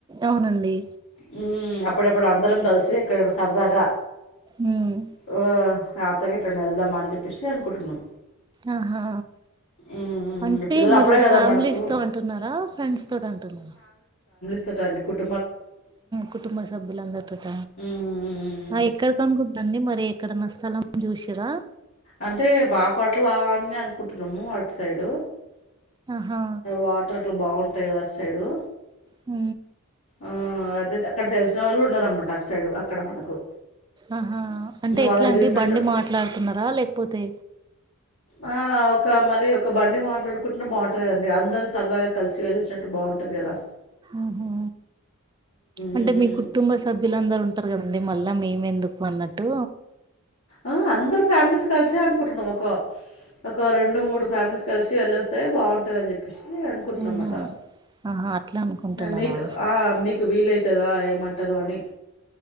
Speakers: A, on the right; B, on the left.
A: అవునండి
B: హుమ్ అప్పుడప్పుడు అందరం కలిసి ఎక్కడైనా సరదాగా
A: ఉమ్
B: ఆ అట్ల గిట్ల ఎటైనా వెళ్దామా అని చెప్పేసి అనుకుంటున్నాం
A: ఆహా
B: ఉమ్,
A: అంటే
B: పిల్లలు
A: మీరు
B: అప్పుడే కదా
A: ఫ్యామిలీస్
B: మనకు
A: తో అంటున్నారా ఫ్రెండ్స్ తోటి అంటున్నారా
B: డ్స్ తోటి అనుకుంట్
A: కుటుంబ సభ్యులందరి తోట
B: ఉమ్,
A: ఆ ఎక్కడికనుకుంటున్నారండి మరి ఎక్కడన్న స్థలం చూసిర్ర
B: అంటే బాపట్లా అని అనుకుంటున్నాము అటు సైడు
A: ఆహా
B: వాటర్ అట్లా బాగుంటాయి కదా అటు సైడు
A: ఊ
B: ఆ, అదే అక్కడ తెలిసిన వాళ్ళు కూడా ఉన్నారన్నమాట అటు సైడు అక్కడ మనకు
A: ఆహా అంటే
B: వాళ్ళని
A: ఎట్లా అండి
B: చూసినట్టు
A: బండి మాట్లాడుతున్నారా లేకపోతే
B: ఆ! ఒక మరి ఒక బండి మాట్లాడుకుంటున్న బాగుంటది కదండి అందరు సరదగా కలిసి వెళ్లి వచ్చినట్టు బాగుంటది కదా
A: ఉహు అంటే
B: హ్మ్.
A: మీ
B: హ్మ్.
A: కుటుంబ సభ్యులందరు ఉంటు ంటారు కదండి మళ్ళా మేము ఎందుకు అన్నట్టు
B: ఆ అందరు ఫ్యామిలీస్ కలిసే అనుకుంటున్నాం ఒక ఒక రెండు మూడు ఫ్యామిలీస్ కలిసి వెళ్లి వస్తే బాగుంటది అని చెప్పి అనుకుంటున్నామాట
A: ఆహా ఆహా అట్లా అనుకుంటున్నారా
B: మీకు ఆ మీకు వీలైతే కదా ఏమంటారో అని